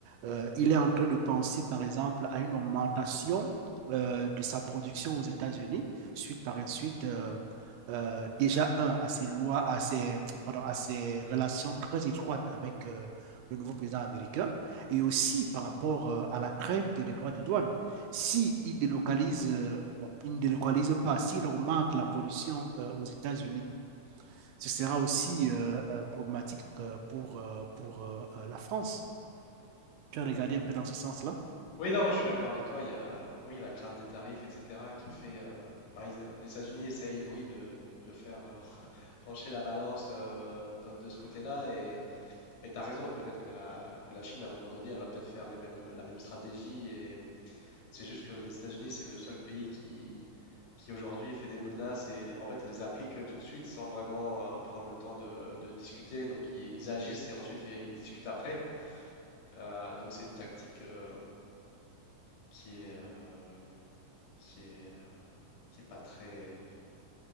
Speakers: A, on the right; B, on the left.
A: euh, il est en train de penser, par exemple, à une augmentation euh, de sa production aux États-Unis, suite par suite, euh, euh, déjà, un, à ses lois, à ses, pardon, à ses relations très étroites avec euh, le nouveau président américain, et aussi par rapport euh, à la crainte des droits de douane si ils délocalisent, euh, bon, ils ne délocalisent pas, s'ils augmentent la production euh, aux États-Unis, ce sera aussi euh, euh, problématique euh, pour, euh, pour euh, euh, la France. Tu as regardé un peu dans ce sens-là
B: Oui, non, je suis d'accord avec toi. Il y a, oui, la crainte des tarifs, etc., qui fait. euh, enfin, ils- les États-Unis essayent, oui, de, de faire euh, pencher la balance euh, de, de ce côté-là. Et tu as raison, peut-être que la, que la Chine, à un moment donné, elle va peut-être faire les mêmes, la même stratégie. Et c'est juste que les États-Unis, c'est le seul pays qui, qui aujourd'hui fait des menaces et les- en fait ils les applique tout de suite sans vraiment euh, prendre le temps de, de discuter. Donc ils, ils agissent et ensuite ils, ils discutent après. Euh, donc c'est une tactique euh, qui est, euh, qui est, euh, qui est pas très